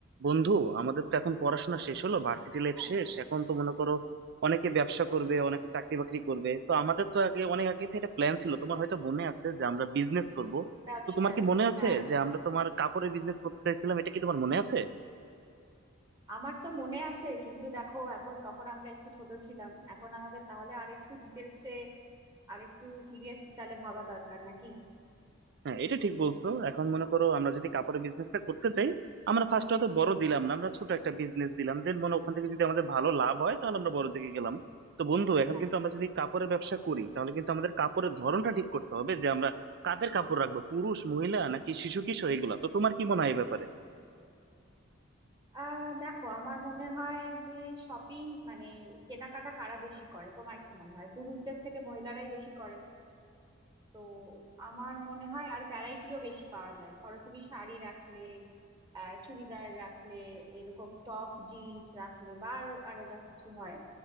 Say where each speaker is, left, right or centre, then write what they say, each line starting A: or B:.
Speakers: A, on the right; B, on the right.
A: বন্ধু আমাদের তো এখন পড়াশোনা শেষ হলো ভার্সিটি লাইফ
B: হ্যাঁ
A: শেষ এখন তো মনে করো অনেকে ব্যবসা করবে অনেকে চাকরি বাকরি করবে তো আমাদের তো আগে অনেক আগে থেকে একটা প্ল্যান ছিল তোমার হয়তো মনে আছে যে আমরা বিজনেস করব
B: ব্যবসায়
A: তো তোমার কি মনে আছে
B: হ্যাঁ
A: যে আমরা তোমার কাপড়ের বিজনেস করতেছিলাম এটা কি তোমার মনে আছে
B: আমার তো মনে আছে কিন্তু দেখো এখন তখন আমরা একটু ছোট ছিলাম এখন আমাদের তাহলে আরেকটু ডিটেলসে আরেকটু সিরিয়াসলি তাহলে ভাবা দরকার নাকি
A: হ্যাঁ এটা ঠিক বলছো এখন মনে করো আমরা যদি কাপড়ের বিজনেসটা করতে চাই আমরা ফার্স্ট অত বড় দিলাম না আমরা ছোট একটা বিজনেস দিলাম দেন মনে ওখান থেকে যদি আমাদের ভালো লাভ হয় তাহলে আমরা বড় দিকে গেলাম তো বন্ধু এখন
B: হ্যাঁ
A: কিন্তু আমরা যদি কাপড়ের ব্যবসা করি তাহলে কিন্তু আমাদের কাপড়ের ধরনটা ঠিক করতে হবে যে আমরা কাদের কাপড় রাখবো পুরুষ মহিলা নাকি শিশু কিশোর এগুলা তো তোমার কি মনে হয় এই ব্যাপারে
B: আহ দেখো আমার মনে হয় যে শপিং মানে কেনাকাটা কারা বেশি করে তোমার কি মনে হয় পুরুষদের থেকে মহিলারাই বেশি করেন তো আমার মনে হয় আর ভ্যারাইটিও বেশি পাওয়া যায় ধরো তুমি শাড়ি রাখলে আহ চুড়িদার রাখলে এরকম টপ জিন্স রাখলে বা আরো আরো যা কিছু হয়